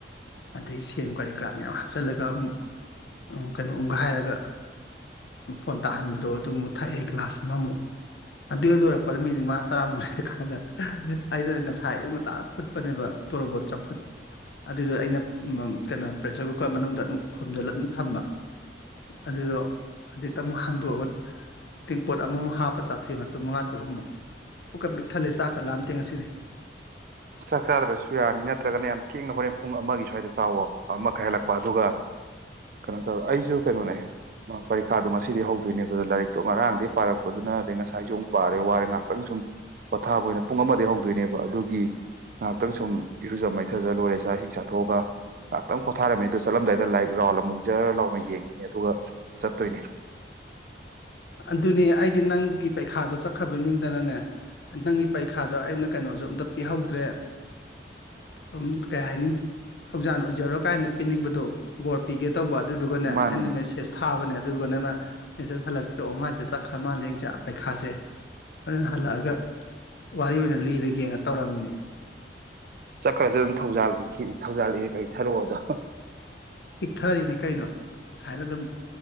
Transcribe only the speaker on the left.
ꯑꯗꯩ ꯁꯦꯝ ꯀꯔꯤ ꯀꯔꯥ ꯃꯌꯥꯝ ꯍꯥꯞꯆꯤꯜꯂꯒ ꯑꯃꯨꯛ ꯀꯩꯅꯣ ꯑꯃꯨꯒ ꯍꯥꯏꯔꯒ ꯃꯣꯟ ꯇꯥꯍꯟꯕꯗꯣ ꯑꯗꯨ ꯑꯃꯨꯛ ꯊꯛꯑꯦ ꯒ꯭ꯂꯥꯁ ꯑꯃꯃꯨꯛ ꯑꯗꯨꯗ ꯂꯣꯏꯔꯛꯄꯗ ꯃꯤꯅꯤꯠ ꯃꯉꯥ ꯇꯔꯥꯃꯨꯛ ꯂꯩꯔꯀꯥꯟꯗ ꯑꯩꯅ ꯉꯁꯥꯏ ꯑꯌꯨꯛ ꯉꯟꯇꯥ ꯐꯨꯠꯄꯅꯦꯕ ꯇꯣꯔꯣꯕꯣꯠ ꯆꯝꯐꯨꯠ ꯑꯗꯨꯗꯣ ꯑꯩꯅ ꯀꯩꯅꯣ ꯄ꯭ꯔꯦꯁꯔ ꯀꯨꯀꯔ ꯃꯅꯨꯡꯗ ꯑꯗꯨꯝ ꯈꯣꯝꯖꯤꯜꯂ ꯑꯗꯨꯝ ꯊꯝꯕ ꯑꯗꯨꯗꯣ ꯍꯧꯖꯤꯛꯇ ꯑꯃꯨꯛ ꯍꯥꯡꯗꯣꯛꯑꯒ ꯇꯦꯡꯄꯣꯠ ꯑꯃꯃꯨꯛ ꯍꯥꯞꯄ ꯆꯥꯊꯩ ꯃꯇꯨꯡ ꯃꯉꯥ ꯇꯔꯨꯛ ꯑꯃꯨꯛ ꯄꯨꯛꯀ ꯄꯤꯛ ꯊꯜꯂꯦ ꯆꯥꯛ ꯈꯠꯂꯥꯑꯝ ꯇꯦꯡ ꯑꯁꯤꯗꯤ
ꯑꯗꯨꯅꯦ ꯑꯩꯗꯤ ꯅꯪꯒꯤ ꯄꯔꯤꯈꯥꯗꯣ ꯆꯠꯈ꯭ꯔꯕ ꯅꯤꯡꯗꯅꯅꯦ ꯅꯪꯒꯤ ꯄꯔꯤꯈꯥꯗꯣ ꯑꯩꯅ ꯀꯩꯅꯣꯁꯨ ꯑꯝꯇ ꯄꯤꯍꯧꯗ꯭ꯔꯦ ꯎꯝ ꯀꯩ ꯍꯥꯏꯅꯤ ꯊꯧꯖꯥꯟ ꯑꯣꯏꯖꯔꯣ ꯀꯥꯏꯅ ꯄꯤꯅꯤꯡꯕꯗꯣ ꯕꯣꯔ ꯄꯤꯒꯦ ꯇꯧꯕ ꯑꯗꯨꯗꯨꯒꯅꯦ
ꯑꯩꯅ ꯃꯦꯁꯦꯁ ꯐꯥꯕꯅꯦ ꯑꯗꯨꯒꯅꯅ ꯃꯦꯁꯦꯁ ꯍꯠꯂꯛꯇꯦ ꯇ꯭ꯔꯣ ꯃꯥꯏꯁꯦ ꯆꯠꯈ꯭ꯔ ꯃꯥꯜꯂꯦꯁꯦ ꯄꯩꯈꯥꯁꯦ ꯍꯣꯔꯅ ꯍꯜꯂꯛꯑꯒ ꯋꯥꯔꯤ ꯑꯣꯏꯅ ꯂꯤꯔꯒꯦꯅ ꯇꯧꯔꯝꯃꯤꯅꯤ
ꯈꯤꯛꯊꯔꯤꯅꯤ ꯀꯩꯅꯣ ꯉꯁꯥꯏꯅ ꯑꯗꯨꯝ